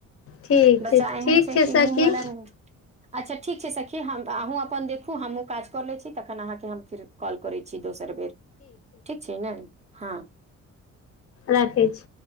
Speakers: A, on the left; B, on the right.
A: ठीक छै
B: बच्चा एहन
A: ठीक
B: छै कि
A: सखी
B: मुँह वाला रह अच्छा ठीक छै सखी हम अहूँ अपन देखू हमहूँ काज कऽ लै छी तखन अहाँकेँ हम फेर कॉल करै छी दोसर बेर ठीक छै ने हँ
A: राखै छी